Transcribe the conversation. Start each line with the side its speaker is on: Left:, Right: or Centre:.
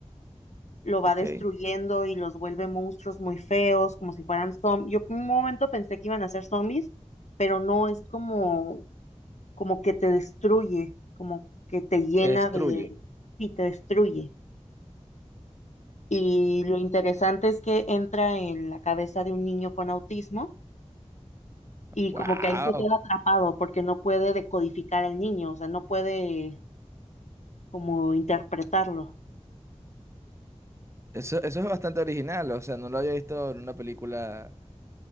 Left: lo va
Right: ok.
Left: destruyendo y los vuelve monstruos muy feos, como si fueran zombies. Yo por un momento pensé que iban a ser zombies, pero no es como, como que te destruye, como que te llena
Right: Te destruye.
Left: de y te destruye. Y lo interesante es que entra en la cabeza de un niño con autismo Y
Right: Wow,
Left: como que ahí se queda atrapado porque no puede decodificar al niño, o sea, no puede como interpretarlo.
Right: eso, eso es bastante original, o sea, no lo había visto en una película.